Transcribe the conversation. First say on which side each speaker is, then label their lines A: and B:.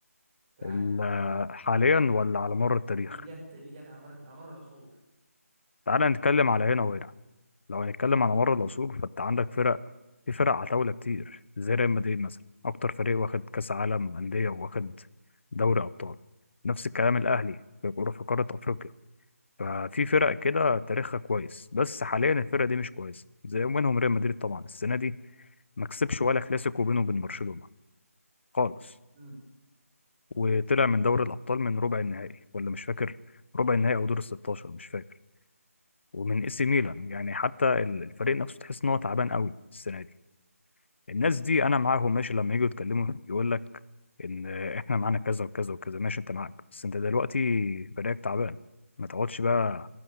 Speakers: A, on the right; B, on the left.
A: في العالم
B: ال- حاليا ولا على مر التاريخ
A: اللي جت اللي جت على مر على مر العصور
B: تعال نتكلم على هنا وهنا لو هنتكلم
A: امم
B: على مر العصور فانت عندك فرق في فرق عتاولة كتير زي ريال مدريد مثلا اكتر فريق واخد كاس عالم انديه واخد دوري ابطال نفس الكلام الاهلي في كرة في قاره افريقيا ففي فرق كده تاريخها كويس بس حاليا الفرقه دي مش كويسه زي منهم ريال مدريد طبعا السنه دي ما كسبش ولا كلاسيكو بينه وبين برشلونه خالص
A: امم
B: وطلع من دوري الأبطال من ربع النهائي ولا مش فاكر ربع النهائي أو دور ال 16 مش فاكر ومن اي سي ميلان يعني حتى ال- الفريق نفسه تحس إن هو تعبان قوي السنة دي الناس دي أنا معاهم ماشي لما يجوا يتكلموا يقول لك إن إحنا معانا كذا وكذا وكذا ماشي أنت معاك بس أنت دلوقتي فريقك تعبان ما تقعدش بقى